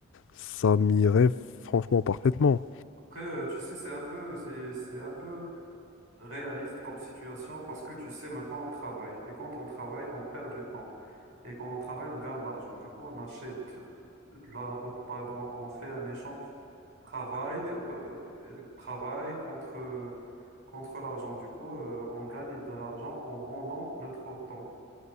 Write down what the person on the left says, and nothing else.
ça m'irait franchement parfaitement.